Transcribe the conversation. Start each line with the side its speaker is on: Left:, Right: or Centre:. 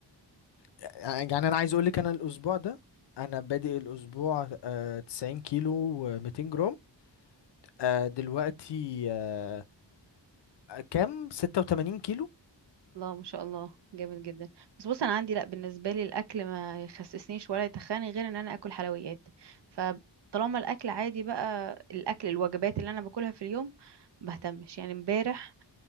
Left: آه، يعني انا عايز اقولك انا الاسبوع ده انا بادئ الاسبوع أه 90 كيلو و200 جرام أه دلوقتي أه كام 86 كيلو
Right: لا ما شاء الله جامد جدا بس بص انا عندي لا بالنسبه لي الاكل ما يخسسنيش ولا يتخاني غير ان انا اكل حلويات فطالما الاكل عادي بقى الاكل الوجبات اللي انا باكلها في اليوم بهتمش يعني امبارح